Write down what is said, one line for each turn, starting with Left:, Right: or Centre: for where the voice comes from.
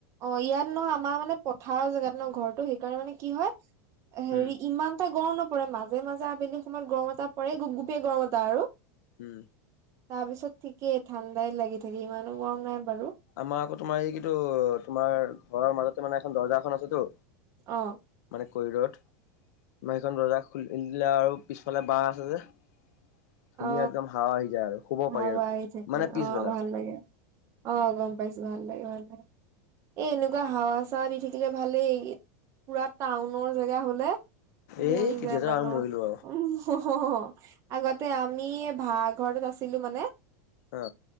Right: অ ইয়াত নহয় আমাৰ মানে পথাৰ জেগাত নহ ঘৰটো সেইকাৰণে মানে কি হয় হেৰি
Left: উম,
Right: ইমান এটা গৰম নপৰে মাজে মাজে আবেলি সময়ত গৰম এটা পৰে গোপ গোপেই গৰম এটা আৰু
Left: উম
Right: তাৰ পিছত ঠিকেই ঠাণ্ডাই লাগি থাকে ইমানো গৰম নাই বাৰু
Left: আমাৰ আকৌ তোমাৰ এই কি তোমাৰ ঘৰৰ মাজতে মানে এখন দৰ্জাখন আছেতো
Right: আহ
Left: মানে কৰিডৰত মীখন বজাৰ খ দিলে আৰু পিছফালে বাঁ আছে যে ধুনীয়া
Right: অ
Left: একদম হাৱা আহি যায় আৰু শুব
Right: হাৱা
Left: পাৰি আৰু
Right: আহি থাকে
Left: মানে পিছবেলাক
Right: অ ভাল লাগে অ গম পাইছো ভাল লাগে ভাল লাগে এ এনেকুৱা হাৱা চাৱা দি থাকিলে ভালেই পুৰা টাউনৰ জেগা হলে
Left: এই
Right: মৰি
Left: তেতিয়াতো
Right: যায় মানুহ
Left: আৰু মৰিলো আৰু
Right: উ আগতে আমি ভঘৰতত আছিলো মানে
Left: অ